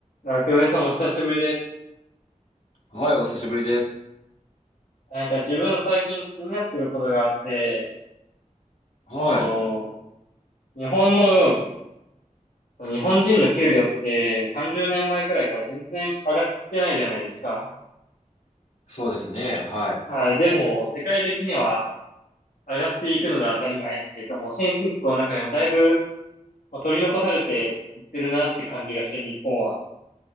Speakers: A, on the left; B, on the left.
A: あ、久米さんお久しぶりです。
B: はい、お久しぶりです。
A: なんか自分最近気になってることがあって、
B: はい。
A: その、日本の、日本人の給料って30年前くらいから全然上がってないじゃないですか。
B: そうですね。はい。
A: はい。でも、世界的には上がっていくのが当たり前っていうか、もう先進国の中でもだいぶもう取り残されていってるなって感じがして、日本は。